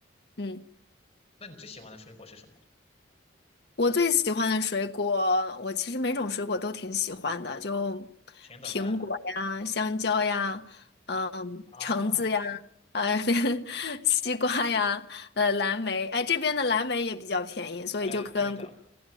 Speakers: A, on the left (about 55°); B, on the left (about 30°).
A: 嗯。
B: 那你最喜欢的水果是什么？
A: 我最喜欢的水果，我其实每种水果都挺喜欢的，就
B: 平等的爱
A: 苹果呀、香蕉呀、嗯、
B: 啊，
A: 橙子呀、呃、<laughs> 西瓜呀、呃、蓝莓。哎，这边的蓝莓也比较便宜，所以就跟国
B: 哎，对的。